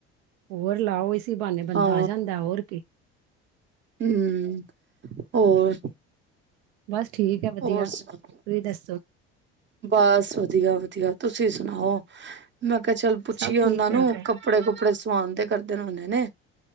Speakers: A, on the right; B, on the right.
A: ਹੋਰ ਲਾਓ ਇਸੀ ਬਹਾਨੇ ਬੰ
B: ਹਾਂ
A: ਆ ਜਾਂਦਾ ਹੋਰ ਕੀ।
B: ਹਮ ਹੋਰ
A: ਬਸ ਠੀਕ ਹੈ ਵਧੀਆ
B: ਹੋਰ ਸੁਣਾ?
A: ਤੁਸੀਂ ਦੱਸੋ
B: ਬਸ ਵਧੀਆ-ਵਧੀਆ। ਤੁਸੀਂ ਸੁਣਾਓ? ਮੈਂ ਕਿਹਾ ਚੱਲ ਪੁੱਛੀਏ
A: ਸਭ
B: ਉਹਨਾਂ
A: ਠੀਕ ਠਾਕ
B: ਨੂੰ,
A: ਹੈ
B: ਕੱਪੜੇ ਕੁਪੜੇ ਸਵਾਉਣ ਦੇ ਕਰਦੇ ਹੁਨੇ ਨੇ।